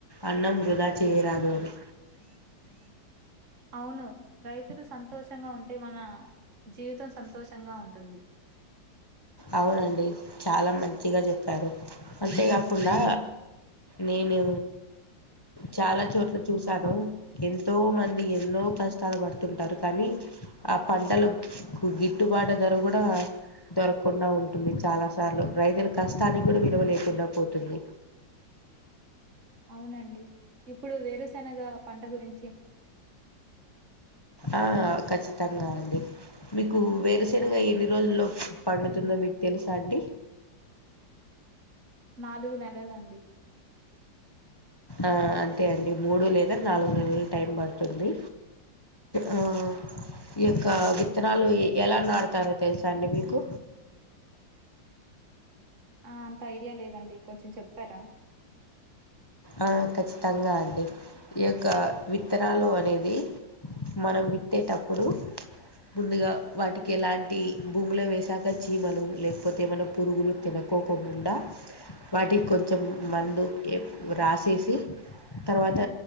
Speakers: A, on the left; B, on the right.
A: అన్నం వృధా చేయరాదు అని
B: అవును రైతులు సంతోషంగా ఉంటు ఉంటే మన జీవితం సంతోషంగా ఉంటుంది
A: అవునండి చాలా మంచిగా చెప్పారు అంతేకాకుండా నేను చాలా చోట్ల చూసాను ఎంతో మంది ఎన్నో కష్టాలు పడుతుంటారు కానీ ఆ పంటల గిట్టుబాటు ధర కూడా దొరక కుండా ఉంటుంది చాలా సార్లు రైతుల కష్టానికి కూడా విలువ లేకుండా పోతుంది
B: అవునండి ఇప్పుడు వేరుశెనగ పంట గురిం
A: ఆ ఖచ్చి తంగా అండి మీకు వేరుశనగ ఎన్ని రోజుల్లో పండుతుందో మీకు తెలుసా అండి
B: నాలుగు నెలలండి
A: ఆ అంతే అండి మూడు లేదా నాలుగు నెలలు టైం పడుతుంది ఆ ఈ యొక్క విత్తనాలు ఎలా నాటుతారో తెలుసా అండి మీకు
B: ఆ అంత ఐడియా లేదండి కొంచెం చెప్తారా
A: ఆ అఖచ్చితంగా అండి ఈ యొక్క విత్తనాలు అనేది మనం విత్తేటప్పుడు ముందుగా వాటికి ఎలాంటి భూమిలో వేసాక చీమలు లేకపోతే ఏమన్నా పురుగులు తినకోకుండా వాటికి కొంచెం మందు ఏ రాసేసి తర్వాత